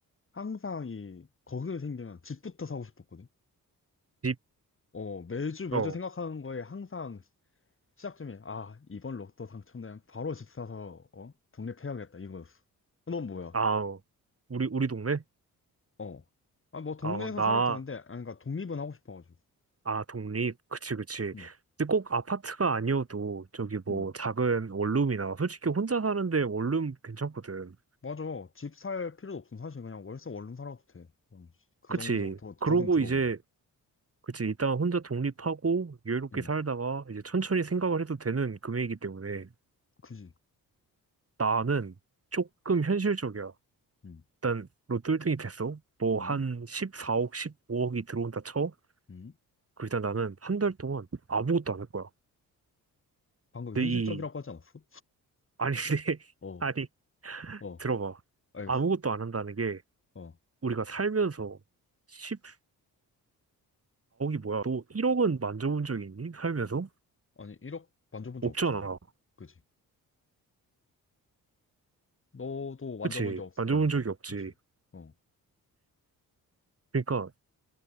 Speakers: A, on the left; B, on the right.
A: 항상 이 거금이 생기면 집부터 사고 싶었거든.
B: 집,
A: 어, 매주 매주
B: 어,
A: 생각하는 거에 항상 시작점이, 아, 이번 로또 당첨되면 바로 집 사서, 어, 독립해야겠다, 이거였어. 어, 넌 뭐야?
B: 아, 어. 우리, 우리 동네?
A: 어. 아, 뭐, 동네에서
B: 아, 나,
A: 살아도 되는데, 아, 그러니까 독립은 하고 싶어가지고.
B: 아, 독립. 그치, 그치.
A: 응,
B: 근데 꼭 아파트가 아니어도 저기 뭐
A: 응.
B: 작은 원룸이나 솔직히 혼자 사는데 원룸 괜찮거든.
A: 맞아. 집 살 필요도 없음. 사실 그냥 월세 원룸 살아도 돼. 그냥 씨, 그
B: 그치.
A: 정도 더 거금
B: 그러고
A: 들어오면.
B: 이제 그치, 일단 혼자 독립하고 여유롭게
A: 응,
B: 살다가 이제 천천히 생각을 해도 되는 금액이기 때문에
A: 그지.
B: 나는 조금 현실적이야.
A: 응,
B: 일단 로또 1등이 됐어. 뭐
A: 응,
B: 한 14억, 15억이 들어온다 쳐.
A: 응.
B: 그 일단 나는 한 달 동안 아무것도 안 할 거야.
A: 방금
B: 근데
A: 현실적이라고
B: 이,
A: 하지 않았어?
B: 아니, <laughs> 근데
A: 어,
B: 아니,
A: 어,
B: 들어봐.
A: 알겠어.
B: 아무것도 안 한다는 게
A: 어.
B: 우리가 살면서 14억이 뭐야? 너 1억은 만져본 적이 있니? 살면서?
A: 아니, 1억 만져본
B: 없잖아.
A: 적 없지, 나는. 그지? 너도 만져본
B: 그치?
A: 적 없을
B: 만져본
A: 거 아니야.
B: 적이 없지.
A: 그지? 어,
B: 그러니까